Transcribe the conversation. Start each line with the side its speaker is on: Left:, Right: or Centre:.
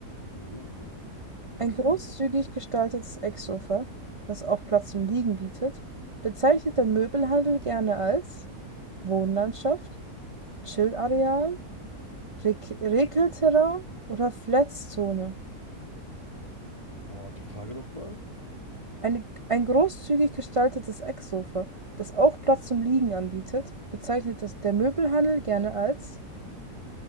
Left: Mhm. Das
Right: Ein großzügig
Left: ist gut.
Right: gestaltetes Ecksofa, das auch Platz zum Liegen bietet, bezeichnet der Möbelhandel gerne als Wohnlandschaft, Chill-Areal, Rek- Rekelterrain oder Flatzzone.
Left: Boah, die Frage nochmal.
Right: Eine, ein großzügig gestaltetes Ecksofa, das auch Platz zum Liegen anbietet, bezeichnet das der Möbelhandel gerne als